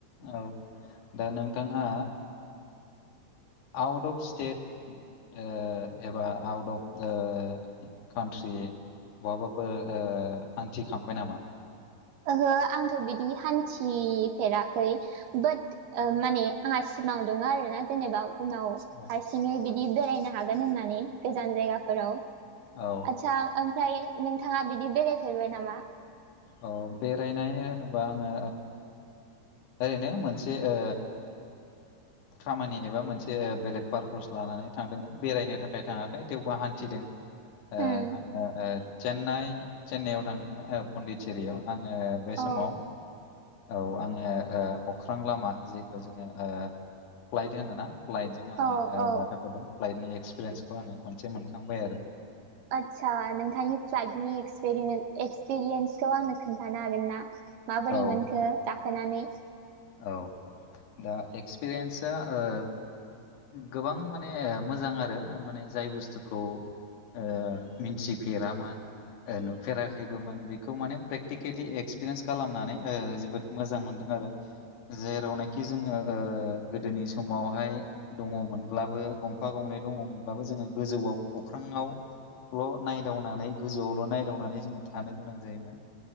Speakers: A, on the left; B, on the right.
A: औ दा नोंथाङा, आउट अफ स्टेट ओ एबा आउट अफ कान्ट्रि बहाबाफोर ओ हान्थिखांबाय नामा?
B: ओहो आंथ' बिदि हान्थिफेराखै बाट माने आंहा सिमाङाव दङ आरो ना जेनेबा उनाव
A: औ
B: हारसिङै बिदि बेरायनो हागोन होननानै, गोजान जायगाफोराव
A: औ
B: आदसा ओमफ्राय नोंथाङा बिदि बेरायफेरबाय नामा?
A: औ बेरायनाय होनोबा आङो ओरैनो मोनसे ओ खामानि एबा मोनसे बेलेग पार्पस लानानै थांदोंमोन बेरायनो थाखाय थाङाखै थेवबो हान्थिदों, ओ
B: उम
A: ओ चेन्नाइ चेन्नाइआव थांदोंमोन पण्डितचेरयाव आङो बे
B: औ
A: समाव औ आङो ओ अख्रां लामा जेखौ जोङो, फ्लाइट होनोना फ्लाइटजों आङो
B: औ औ
A: गाखोफेरदों फ्लाइटनि एक्सपिरियेन्सखौ आङो खनसे मोनखांबाय आरो
B: आदसा नोंथांनि फ्लाइटनिप एक्सपिरियेन्सखौ आंनो खोन्थानो हागोन ना? माबोरै
A: औ
B: मोनखो गाखोनानै
A: औ दा एक्सपिरियेन्सा ओ गोबां माने मोजां आरो माने जाय बुस्थुखौ, ओ मिथिफेरामोन नुफेराखैबोमोन बेखौ माने प्रेकटिकेलि एक्सपिरियेन्स खालामनानै जोबोद मोजां मोनदों आरो जेरावनाखि जोङो ओ गोदोनि समावहाय दङमोनब्लाबो गंफा गंनै दङमोनब्लाबो जोङो गोजौआव अख्रांआव ल' नायदावनानै गोजौआवल' नायदावनानै जोङो थानो गोनां जायोमोन।